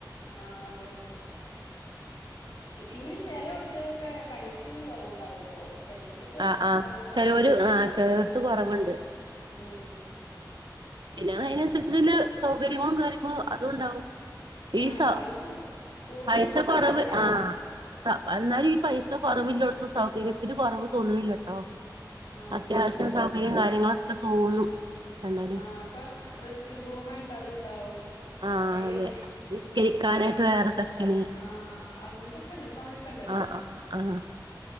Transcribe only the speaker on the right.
ആ ആ
ചിലവര്
ആ ചിലവർക്ക് കുറവുണ്ട്
പിന്നെ അതിനനുസരിച്ച് വല്യ സൗകര്യങ്ങളും കാര്യങ്ങളും അതും ഉണ്ടാവും ഈ
സ
പൈസ കുറവ്
ആഹ് പൈസ എന്നാലും ഈ പൈസ കുറവില്ലോടുത്ത് സൗകര്യത്തിന് കൊറവ് തോന്നുണില്ല ട്ടോ
അത്യാവശ്യം
സൗകര്യം കാര്യങ്ങള് അതൊക്കെ തോന്നും കണ്ടാല്
ആഹ്
അതെ നിസ്കരിക്കാനായിട്ട്
വേറെ സെക്ഷന്
ആഹ് ആഹ് ആഹ്